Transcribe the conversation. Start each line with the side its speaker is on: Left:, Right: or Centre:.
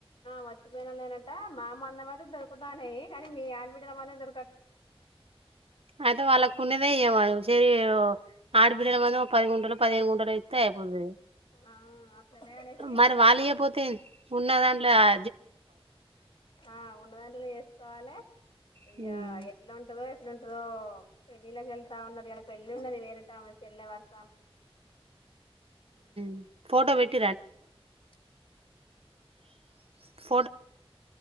Left: చచ్చిపోయిన లేనంట మా మందం అయితే దొరుకుతనయి కానీ మీ ఆడబిడ్డల మందం దొరకట్లేవ్ అని అంటాండు.
Right: అయితే వాళ్ళకు ఉన్నదే ఇయ్యం సెరి
Left: ఆ
Right: ఆడబిడ్డల మన పది గుంటలో పదిహనుగుంటలో పోతె అయిపోతది
Left: ఆ అట్లనే అనేసి
Right: మరి
Left: ఇగ
Right: వాళ్ళు
Left: నన్ను
Right: ఇయ్యకపోతే ఉన్న దాంట్లో అడ్జస్ట్ చేసుకోవాలె.
Left: ఆ ఉన్నదాంట్లనే చేసుకోవాలె ఇగ
Right: హ్మ్.
Left: ఎట్లా ఉంటదో ఎట్ల ఉంటదో పెళ్ళిళ్ళకి వెళ్తా ఉన్నాది ఇయలా పెళ్ళి ఉన్నది వేరే ఆమెది చెల్ల వర్స అయినామే.
Right: అ
Left: ఆ ఆ
Right: ఫోటో పెట్టిలా అ